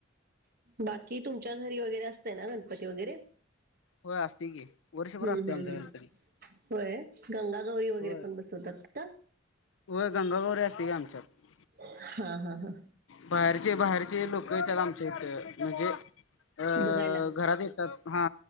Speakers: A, on the right; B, on the left.
A: बाकी तुमच्या घरी वगैरे असतंय ना गणपती वगैरे?
B: हो असते की वर्षभर
A: हम्म
B: असते
A: हम्म
B: आमचा
A: हम्म
B: गणपती.
A: होय गंगा गौरी वगैरे
B: होय.
A: पण बसवतात का?
B: होय गंगागौरी असते की आमच्यात
A: हा हा हा.
B: बाहेरचे बाहेरचे लोक येतात आमच्या इथ म्हणजे अ
A: बघायला
B: घरात येतात हा